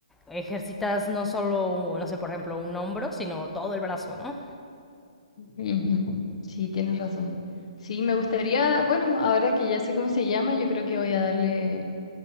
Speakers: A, in the centre; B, on the left.
A: ejercitas no solo, no sé, por ejemplo, un hombro, sino todo el brazo, ¿no?
B: Ujú. Sí, tienes razón. Sí, me gustaría, bueno, ahora que ya sé cómo se llama, yo creo que voy a darle